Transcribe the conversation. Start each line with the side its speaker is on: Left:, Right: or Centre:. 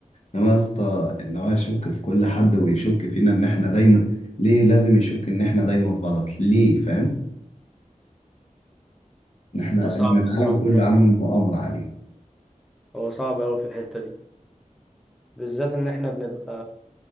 Left: انما يا اسطى ان هو يشك في كل حد ويشك فينا ان احنا دايما ليه لازم يشك ان احنا دايما غلط ليه فاهم ان احنا
Centre: هو صعب
Left: ان العالم
Centre: بصراحه
Left: كله
Centre: في الحته
Left: عامل
Centre: دي
Left: مؤامره عليه
Centre: هو صعب قوي في الحته دي بالذات ان احنا بنبقى